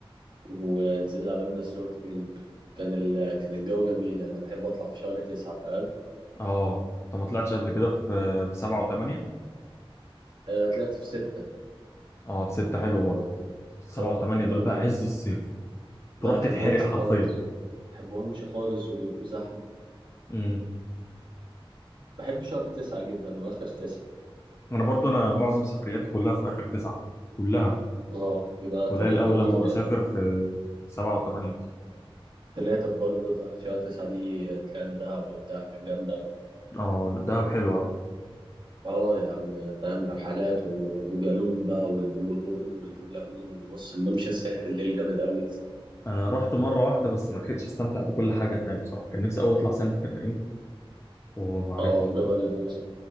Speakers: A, on the right; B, on the left.
A: ونزلنا عملنا سنوركلينج كان ال... كان الجو جميل انا بحب اطلع في شهر تسعة فاهم
B: اه انت ما طلعتش قبل كده في في سبعه وثمانيه
A: آه، طلعت في ستة
B: اه في سته حلو برضه سبعه
A: اه
B: وثمانيه
A: كان
B: دول
A: برضو
B: بقى عز الصيف
A: لا
B: تروح
A: ما
B: تتحرق
A: بحبهمش
B: حرفيا
A: خالص ما بحبهمش خالص وبيبقوا زحمه
B: امم
A: بحب شهر تسعة جدا واخر تسعة
B: انا برضه انا معظم سفرياتي كلها في اخر تسعه كلها
A: اه بيبقى
B: قليل
A: توقيت جميل
B: قوي لما بسافر
A: يعني
B: في سبعه وثمانيه دي
A: تلاتة برضه في آخر شهر تسعة دي طلعنا دهب وبتاع كانت جامدة أوي
B: اه دهب حلوه
A: اه يا عم فاهم رحلات وأبو جالوم بقى والبلو هول والبلو لاجون وبص الممشى الساحب الليل جامد أوي
B: انا رحت مره واحده بس ما لحقتش استمتع بكل حاجه هناك بصراحه كان نفسي قوي اطلع سانت كاترين وما عرفتش
A: اه وجبل
B: برضه
A: الموسى